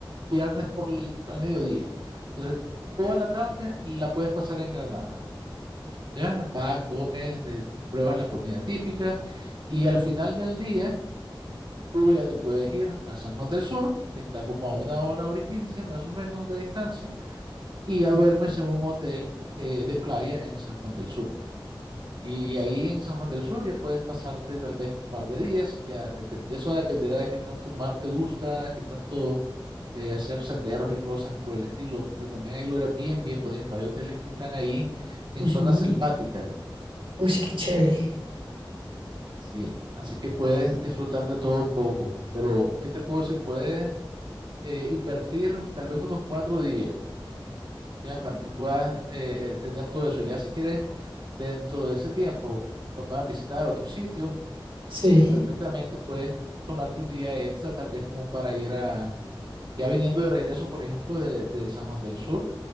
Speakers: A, on the right; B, on the right.
A: viernes por el, al mediodía. Entonces, toda la tarde la puedes pasar en Granada. Ya vas, comes, de- pruebas la comida típica y al final del día tú ya te puedes ir a San Juan del Sur, que está como a una hora, hora y quince más o menos de distancia, y ya duermes en un hotel eh, de playa en San Juan del Sur. Y ahí en San Juan del Sur ya puedes pasarte tal vez un par de días, ya depen- ya eso dependerá de qué tanto mar te gusta, qué tanto eh, hacer senderos y cosas por el estilo, porque también hay lugares bien, bien bonitos, hay hoteles que están ahí en
B: Ujú.
A: zonas selváticas
B: Uy, qué chévere.
A: Sí, así que puedes disfrutar de todo un poco, pero ¿qué te puedo decir? Puedes eh, invertir tal vez unos cuatro días, ya para que puedas eh, eh, tener todo eso. Ya si quieres, dentro de ese tiempo, tomar, visitar otro sitio,
B: Sí,
A: eh, perfectamente puedes tomarte un día extra, tal vez como para ir a, ya viniendo de regreso, por ejemplo, de, de San Juan del Sur,